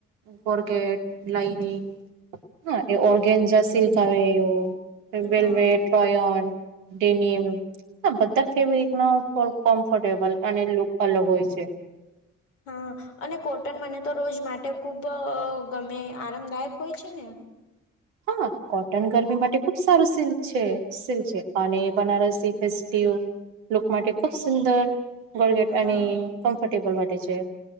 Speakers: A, on the right; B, on the left.
A: બર્ગેટ, લાઈનિ હા એ ઓર્ગેન્જા સિલ્ક આવે એ
B: હા
A: વેલ્વેટ, રોન ડેનમ બધા ફેબ્રિક ન ફ કમ્ફર્ટેબલ અને લુક અલગ હોય છે છે
B: હા અને કોટન મને તો રોજ માટે ખૂબ ગમે આરામદાયક હોય છે ને
A: હા કોટન ગરમી માટે ખુબ સારું સિલ્ક છે સિલ્ક છે અને બનારસી ફેસ્ટ લુક માટે ખુબ સુંદર ગોલગેટ અને
B: હા
A: કમ્ફર્ટેબલ માટે છે